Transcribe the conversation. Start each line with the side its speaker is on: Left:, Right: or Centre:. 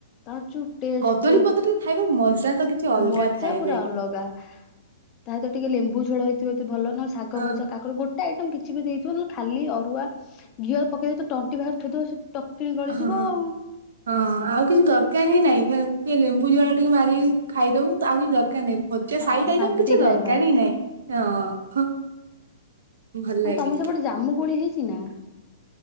Left: ତା ଯୋଉ
Right: କଦଳୀ ପତ୍ରରେ ଖାଇବା ମଜା ତ କିଛି ଅଲଗା
Left: ମଜା
Right: ଥାଏ
Left: ପୁରା
Right: ଭାଇ।
Left: ଅଲଗା। ତା ଦେହରେ ଟିକେ ଲେମ୍ବୁ ଝୋଳ ହେଇଥିବ ଯଦି ଭଲ ନହେଲେ ଶାଗ
Right: ହଁ
Left: ଭଜା କା ଗୋଟେ ଆଇଟମ୍ କିଛି ବି ଦେଇଥିବ ନହେଲେ ଖାଲି ଅରୁଆ ଘିଅର ପକେଇିବ ତଣ୍ଟି ପାଖରେ ଥୋଇ ଦବ ଟପ କିଣି ଗଳିଯିବ
Right: ହଁ
Left: ଆଉ।
Right: ହଁ ଆଉ କିଛି ଦରକାର ହିଁ ନାଇଁ ସେ ଲେମ୍ବୁ ଝାଳ ଟିକେ ମାରିକି ଖାଇଦବୁ ଆଉ କିଛି ଦରକାର ଦରକାର ନାହିଁ ଭଜା
Left: ହଁ
Right: ସାଇଟ ଆଇଟ
Left: ଶାନ୍ତି
Right: କିଛି ଦରକାର
Left: ଖାଇବା
Right: ହିଁ ନାହିଁ ହଁ। ଭଲ ଲାଗେ।
Left: ଆଉ ତମ ସେପଟେ ଜାମୁ ଗୋଳି ହେଇଛି ନା।